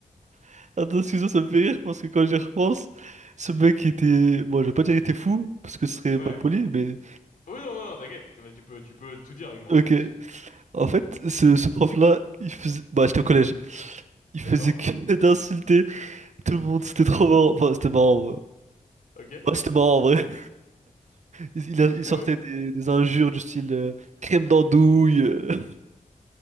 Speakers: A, on the right; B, on the left.
A: <laughs> Attends, excuse-moi, ça me fait rire, parce que quand j'y repense, ce mec était. Bon, je vais pas dire qu'il était fou, parce que ce serait
B: Ouais.
A: mal poli, mais.
B: Oui, non, non, t'inquiète. Mais tu peux, tu peux tout dire avec moi,
A: Ok.
B: hein, tu sais.
A: En fait, ce, ce prof-là, il faisait. Bah, j'étais au collège. Il faisait
B: D'accord?
A: que <laughs> d'insulter tout le monde, c'était trop marrant. Enfin, c'était marrant. ouais.
B: Ok.
A: Ouais, c'était marrant en vrai. Il, il a-
B: Ok,
A: il sortait
B: ouais.
A: des, des injures du style euh, crème d'andouille. euh,